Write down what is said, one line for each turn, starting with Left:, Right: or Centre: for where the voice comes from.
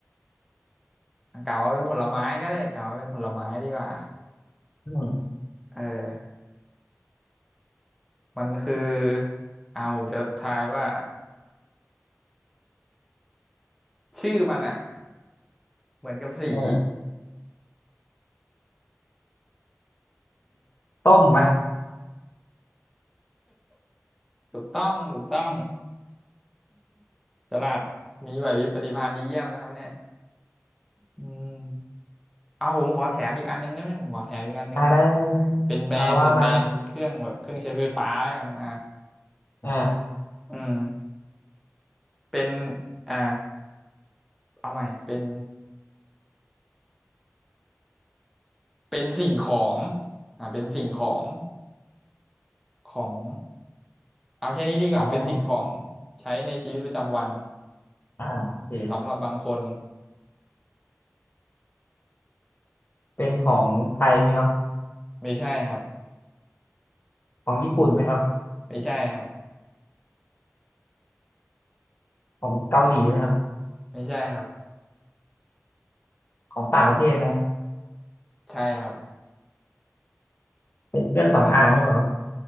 Centre: กล่าวว่าเป็นผลไม้ก็ได้กล่าวว่าเป็นผลไม้ดีกว่า
Left: อืม
Centre: เออมันคืออ่าผมจะทายว่าชื่อมันอ่ะเหมือนกับสี
Left: เออต้มไหม
Centre: ถูกต้องถูกต้องตลาดมีไหวพริบปฏิภาณดีเยี่ยมนะครับเนี่ยอืมเอาผมขอแถมอีกอันนึงได้ไหมผมขอแถมอีกอันนึงได้ไหม
Left: อ่าได้ได้ได้
Centre: เป็นแบรนด์เป็นแบรนด์เครื่องแบบเครื่องใช้ไฟฟ้าแล้วกันอ่ะ
Left: เอาว่ามาอ่า
Centre: อืมเป็นอ่าเอาใหม่เป็นเป็นสิ่งของอ่าเป็นสิ่งของของเอาแค่นี้ดีกว่าเป็นสิ่งของ
Left: ของอะไรครับ
Centre: ใช้ในชีวิตประจำวัน
Left: อ่าโอเค
Centre: สำหรับบางคน
Left: เป็นของไทยไหมครับ
Centre: ไม่ใช่ครับ
Left: ของญี่ปุ่นไหมครับ
Centre: ไม่ใช่ครับ
Left: ของเกาหลีไหมครับ
Centre: ไม่ใช่ครับ
Left: ของต่างประเทศไหม
Centre: ใช่ครับ
Left: เป็นเครื่องสำอางหรือเปล่าครับ